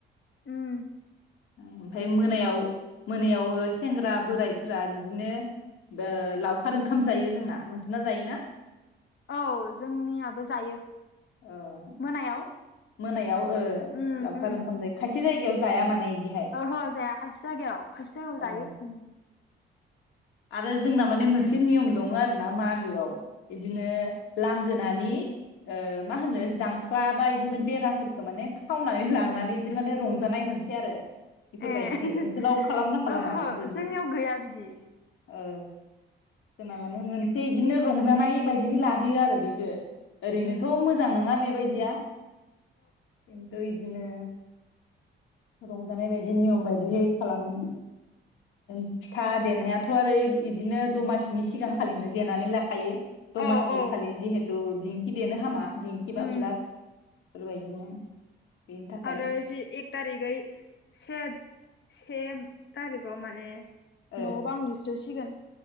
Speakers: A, on the left; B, on the left.
A: उम
B: ओमफ्राय मोनायाव मोनायाव सेंग्रा बोराइफोरा बिदिनो ओ लावखार ओंखाम जायो जोंना नोंसोरना जायोना?
A: औ जोंनियाबो जायो
B: ओ
A: मोनायाव
B: मोनायाव ओ
A: उम
B: लावखार
A: उम
B: ओंखाम जायो खाय एसे जायगायाव जाया माने इदिहाय
A: ओहो जाया खायसे जायगायाव खायसे जायगायाव
B: ओ
A: जायो
B: आरो जोंना माने मोनसे नियम दङ आरो ना मागोआव बिदिनो लांगोनानि ओ मा होनो जांख्ला बा बिदिनो बेराफोरखो खावनानै लांनानै बिदिनो माने रंजानाय मोनसै आरो बेफोरबायदिहाय
A: ए
B: नोंसोरनाव खालामना खालामा
A: ओहो
B: बेफोरबायदि
A: जोंनियाव गैया बिदि
B: ओ जोंना माने मोनसे बिदिनो रंजानाय बायदिहै लाहैयो आरो बेखौ ओरैनोथ'
A: उम
B: मोजां नङा बे बेबायदिया खिन्थु बिदिनो रंजानाय बायदि नियम बायदिहै खालामो फिथा देनायाथ' आरो बिदिनो दमासिनि सिगांखालिनो देनानै ला थायो दमासि
A: औ औ
B: खालि जिहेथु थ' दिंखि देनो हामा दिंखि बा
A: उम
B: उलार बेफोरबायदिनो बेनि थाखाय
A: आरो जि एक थारिखै से से थारिकाव माने न'
B: ओ
A: बां लिस्रोसिगोन